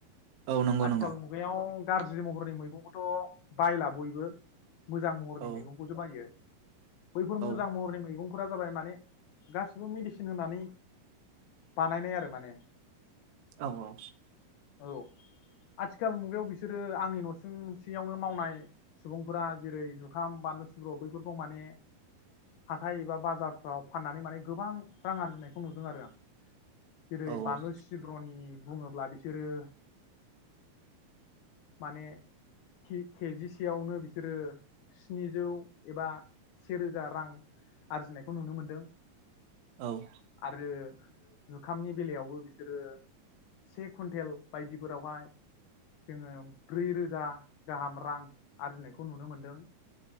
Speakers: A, on the right (about 85°); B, on the left (about 80°).
A: औ नंगौ
B: आथिखाल
A: नंगौ
B: मुगायाव गाज्रि महरनि मैगंखौथ' बायला बयबो मोजां महरनि
A: औ
B: मैगंखौसो बायो बैफोर मोजां
A: औ
B: महरै मैगं फोर जाबाय माने गासिबो मेडिसिन होनानै बानायनाय आरो माने।
A: औ औ।
B: औ आथिखाल मुगायाव बिसोरो आंनि नसिं सेववनो मावनाय सुबुंफोरा जेरै जुखाम बानलु सिब्रु बैफोरखौ माने हाथाइ एबा बाजारफ्राव फाननानै माने गोबां रां आरजिनायखौ नुदों आरो आं। जेरै
A: औ
B: बानलु सि ब्रनि बुङोब्ला बिसोरो माने के-केजिसेयावनो बिसोरो स्निजौ एबा सेेरोजा रां आरजिनायखौ नुनो मोनदों
A: औ
B: आरो जुखामनि बेलायावबो रो से कुइन्टेल बायदिफोरावहाय जोङो ब्रै रोजा गाहाम रां आरजिनाय खौ नुनो मोन्दों।